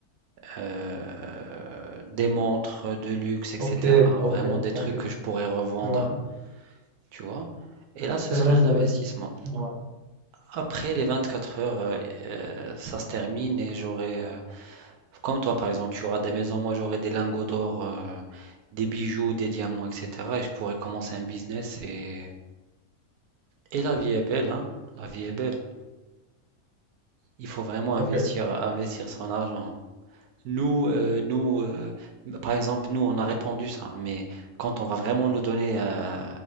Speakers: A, on the right (about 75°); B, on the right (about 50°).
A: euh, des montres de luxe, etc.
B: ok, ok,
A: Vraiment des trucs
B: ok.
A: que je pourrais revendre,
B: Ouais,
A: tu vois. Et là, ce
B: c'est
A: serait
B: vrai,
A: un
B: c'est
A: investissement.
B: vrai. Ouais,
A: Après les 24 heures, heu, heu, ça se termine et j'aurai, heu, comme toi par exemple, tu auras des maisons, moi j'aurai des lingots d'or, heu, des bijoux, des diamants, et cetera et je pourrais commencer un business et et la vie est belle, hein, la vie est belle. Il faut vraiment
B: ok,
A: investir investir son argent. Nous, heu, nous, heu, par exemple, nous, on a répandu ça, mais quand on va vraiment nous donner, heu,